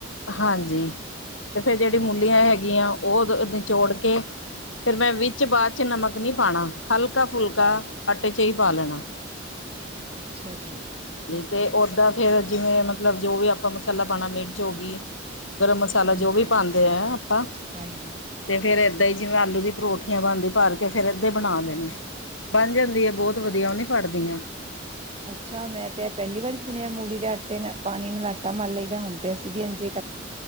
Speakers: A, on the left; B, on the right.
A: ਹਾਂਜੀ। ਤੇ ਫੇਰ ਜਿਹੜੀ ਮੂਲੀਆਂ ਹੈਗੀਆਂ ਉਹ ਨਿਚੋੜ ਕੇ ਫੇਰ ਮੈਂ ਵਿੱਚ ਚ ਬਾਅਦ ਚ ਨਮਕ ਨਹੀਂ ਪਾਉਣਾ ਹਲਕਾ ਫੁਲਕਾ ਆਟੇ ਚ ਹੀ ਪਾ ਲੈਣਾ।
B: ਅੱਛਾ। ਅੱਛਾ ਜੀ।
A: ਅਤੇ ਉਓਦਾਂ ਫਿਰ ਜਿਵੇਂ ਮਤਲਬ ਜੋ ਵੀ ਆਪਾਂ ਮਸਾਲਾ ਪਾਉਣਾ ਮਿਰਚ ਹੋ ਗਈ। ਗਰਮ ਮਸਾਲਾ
B: ਹਾਂਜੀ
A: ਜੋ ਵੀ ਪਾਉਂਦੇ ਆ ਆਪਾਂ
B: ਹਾਂਜੀ
A: ਤੇ ਫੇਰ ਏਦਾਂ ਹੀ ਜਿਵੇਂ ਆਲੂ ਦੀ ਪਰੋਠੀਆਂ ਬਣਦੇ ਭਰ ਕੇ ਫਿਰ ਦੇ ਬਣਾ ਲੈਣੇ ਬਣ ਜਾਂਦੀ ਆ ਬਹੁਤ ਵਧੀਆ ਉਹਨੇ ਫੜਦੀਆਂ
B: ਅੱਛਾ ਮੈਂ ਤੇ ਪਹਿਲੀ ਵਾਰੀ ਸੁਣਿਆ ਮੂਲੀ ਦੇ ਆਟੇ ਨਾਲ ਪਾਣੀ ਨੂੰ ਆਟਾ ਮਨ ਲਈਦਾ ਹੁਣ ਤੇ ਅਸੀਂ ਵੀ ਅੰਜੇ